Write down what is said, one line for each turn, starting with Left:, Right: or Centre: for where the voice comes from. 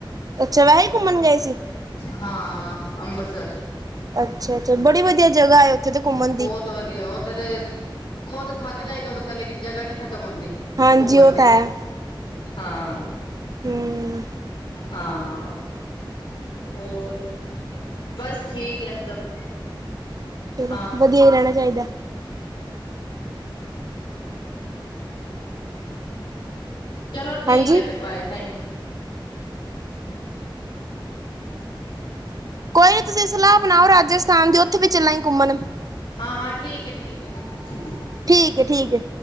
Right: ਅੱਛਾ ਵੈ ਹੀ ਘੁੰਮਣ ਗਏ ਸੀ।
Left: ਹ ਅਮਿਤਸਰ
Right: ਅੱਛਾ ਅੱਛਾ ਬੜੀ ਵਧੀਆ ਜਗਾ ਆਏ ਉੱਥੇ ਤਾਂ ਘੁੰਮਣ
Left: ਬਹੁਤ
Right: ਦੀ
Left: ਵਧੀਆ ਉੱਥੇ ਤੇ ਖੁਦ ਥੱਕ ਜਾਏਗਾ, ਬੰਦਾ ਲੇਕਿਨ ਜਗ੍ਹਾ ਨਹੀਂ ਖਤਮ ਹੁੰਂਦੀ।
Right: ਹਾਂਜੀ
Left: ਘੁੰਮਣ
Right: ਉਹ ਤਾਂ
Left: ਦੀ।
Right: ਹੈ
Left: ਹਾਂ
Right: ਹੂੰ,
Left: ਹਾਂ। ਹੋਰ ਬਸ ਠੀਕ ਹੈ ਸਭ।
Right: ਚਲੋ,
Left: ਹਾਂ
Right: ਬਦੀਆ ਈ ਰੈਣਾ ਚਾਈਦਾ।
Left: ਚਲੋ ਠੀਕ
Right: ਹਾਂਜੀ,
Left: ਐ, ਫੇਰ ਬਾਏ ਥੈਂਕ
Right: ਕੋਈ ਨੀ ਤੁਸੀਂ ਸਲਾਅ ਬਨਾਓ ਰਾਜਸਥਾਨ ਦੀ, ਓਥੇ ਵੀ ਚੱਲਾਂਗੇ ਘੁੰਮਨ।
Left: ਹਾਂ-ਹਾਂ ਠੀਕ ਏ, ਠੀਕ ਏ।
Right: ਠੀਕ ਏ, ਠੀਕ ਏ।